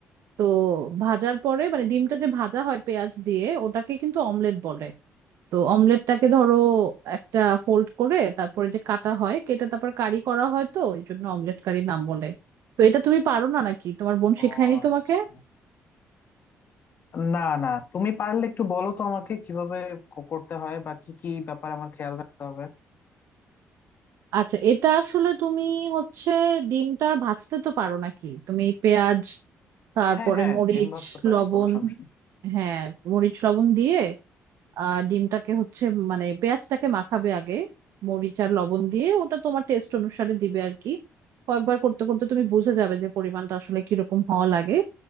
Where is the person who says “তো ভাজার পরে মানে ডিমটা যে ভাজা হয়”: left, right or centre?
Right